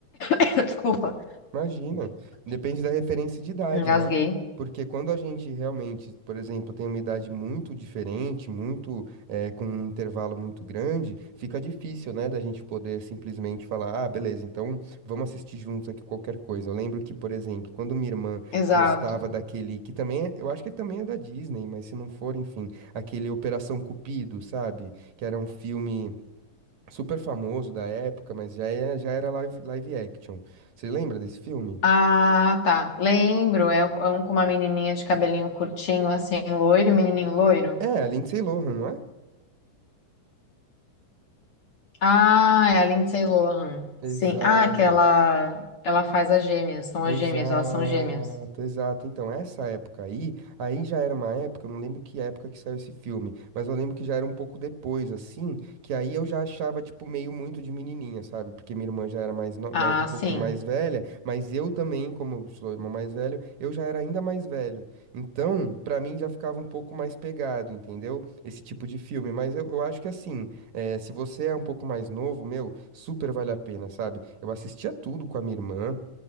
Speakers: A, on the left; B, on the right.
A: <laughs> Desculpa,
B: Imagina. Depende da referência de idade,
A: engasguei.
B: né? Porque quando a gente realmente, por exemplo, tem uma idade muito diferente, muito, eh, com um intervalo muito grande, fica difícil, né, da gente poder simplesmente falar, ah, beleza, então vamos assistir juntos aqui qualquer coisa. Eu lembro que, por exemplo, quando minha irmã
A: Exato.
B: gostava daquele, que também, é- eu acho que também é da Disney, mas se não for, enfim, aquele Operação Cupido, sabe? Que era um filme super famoso da época, mas já, é, já era live, live action. Você lembra desse filme?
A: Ah, tá. Lembro, é um com uma menininha de cabelinho curtinho, assim, loiro, menininho loiro.
B: É, a Lindsay Lohan, não é?
A: Ah, é a Lindsay Lohan.
B: Exato.
A: Sim. Ah, que ela, ela faz as gêmeas, são
B: Exato,
A: as gêmeas, elas são gêmeas.
B: exato. Então, essa época aí, aí já era uma época, eu não lembro que época que saiu esse filme, mas eu lembro que já era um pouco depois, assim, que aí eu já achava, tipo, meio muito de menininha, sabe? Porque minha irmã já era mais, no-
A: Ah,
B: mais- um pouquinho
A: sim.
B: mais velha, mas eu também, como eu sou irmão mais velho, eu já era ainda mais velho. Então, pra mim já ficava um pouco mais pegado, entendeu? Esse tipo de filme. Mas eu, eu acho que, assim, eh, se você é um pouco mais novo, meu, super vale a pena, sabe? Eu assistia tudo com a minha irmã.